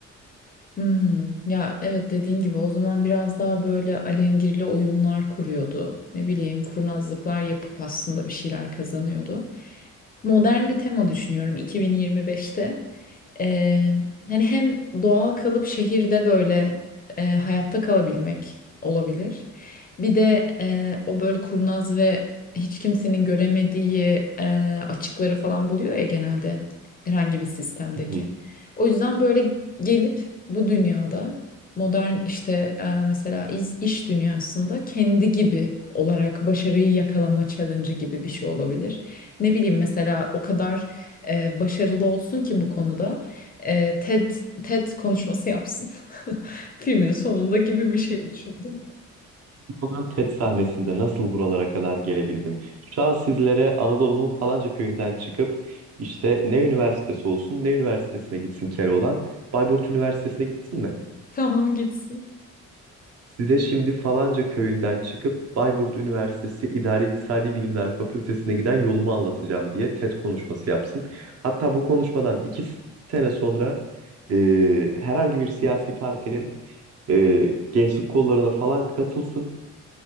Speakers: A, on the left (about 30°); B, on the right (about 55°).
A: Hmm, ya evet dediğin gibi o zaman biraz daha böyle alengirli oyunlar kuruyordu. Ne bileyim kurnazlıklar yapıp aslında bir şeyler kazanıyordu. Modern bir tema düşünüyorum 2025'te. Ee, hani hem doğal kalıp şehirde böyle e, hayatta kalabilmek olabilir. Bir de e, o böyle kurnaz ve hiç kimsenin göremediği e, açıkları falan buluyor ya genelde herhangi bir sistemdeki.
B: Hı.
A: O yüzden böyle gelip bu dünyada modern işte e, mesela iz- iş dünyasında kendi gibi olarak başarıyı yakalama challenge'ı gibi bir şey olabilir. Ne bileyim mesela o kadar e, başarılı olsun ki bu konuda e, TED TED konuşması yapsın. <laughs> Filmin sonunda gibi bir şey düşündüm.
B: olan TED sahnesinde nasıl buralara kadar gelebildim? Şu an sizlere Anadolu'nun falanca köyünden çıkıp işte ne üniversitesi olsun, ne üniversitesine gitsin Keloğlan? Bayburt Üniversitesi'ne gitsin mi?
A: Tamam gitsin.
B: Size şimdi falanca köyünden çıkıp Bayburt Üniversitesi İdari İktisadi Bilimler Fakültesine giden yolumu anlatacağım diye TED konuşması yapsın. Hatta bu konuşmadan iki sene sonra e, herhangi bir siyasi partinin e, gençlik kollarına falan katılsın.